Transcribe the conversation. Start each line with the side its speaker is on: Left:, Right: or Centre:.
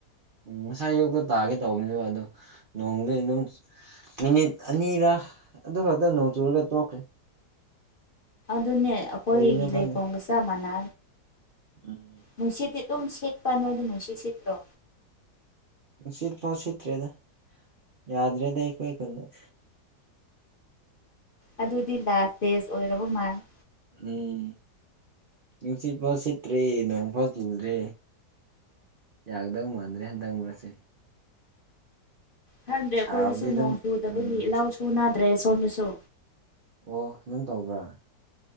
Right: ꯎꯝ ꯉꯁꯥꯏ ꯌꯣꯛꯛꯇ ꯇꯥꯒꯦ ꯇꯧꯕꯅꯤꯅꯦꯕ ꯑꯗꯣ ꯅꯣꯡꯗꯤ ꯑꯗꯨꯝ ꯃꯤꯅꯤꯠ ꯑꯅꯤꯔꯥ ꯑꯗꯨ ꯈꯛꯇ ꯅꯣꯡ ꯆꯨꯔꯒ ꯇꯣꯛꯈ꯭ꯔꯦ
Left: ꯑꯗꯨꯅꯦ ꯑꯩꯈꯣꯏꯒꯤ
Right: ꯀꯩꯒꯤꯅꯣ
Left: ꯂꯩꯐꯝꯒ
Right: ꯈꯪꯗꯦ
Left: ꯆꯞ ꯃꯥꯟꯅꯦ
Right: ꯎꯝ
Left: ꯅꯨꯡꯁꯤꯠꯗꯤ ꯑꯗꯨꯝ ꯁꯤꯠꯄ ꯅꯣꯏꯗꯤ ꯅꯨꯡꯁꯤꯠ ꯁꯤꯠꯇ꯭ꯔꯣ
Right: ꯅꯨꯡꯁꯤꯠ ꯐꯥꯎ ꯁꯤꯠꯇ꯭ꯔꯦꯗ ꯌꯥꯗ꯭ꯔꯦꯗꯤ ꯑꯩꯈꯣꯏ ꯈꯨꯨꯟꯗ
Left: ꯑꯗꯨꯗꯤ ꯂꯥꯁ ꯗꯦꯖ ꯑꯣꯏꯔꯕ ꯃꯥꯜꯂꯦ
Right: ꯎꯝ ꯅꯨꯡꯁꯤꯠ ꯐꯥꯎ ꯁꯤꯠꯇ꯭ꯔꯦ ꯅꯣꯡꯐꯥ ꯆꯨꯗ꯭ꯔꯦ ꯌꯥꯒꯗꯧ ꯃꯥꯟꯗ꯭ꯔꯦ ꯍꯟꯗꯪ ꯃꯨꯔꯁꯦ
Left: ꯈꯟꯗ꯭ꯔꯦ ꯑꯩꯈꯣꯏꯗꯁꯨ
Right: ꯁꯥꯕꯗꯤ ꯑꯗꯨꯝ
Left: ꯅꯣꯡ ꯆꯨꯗꯕꯒꯤ
Right: ꯎꯝ
Left: ꯏꯂꯥꯎꯁꯨꯨ ꯅꯥꯗ꯭ꯔꯦ ꯁꯣꯝꯗꯁꯨ
Right: ꯑꯣ ꯑꯗꯨꯝ ꯇꯧꯕ꯭ꯔꯥ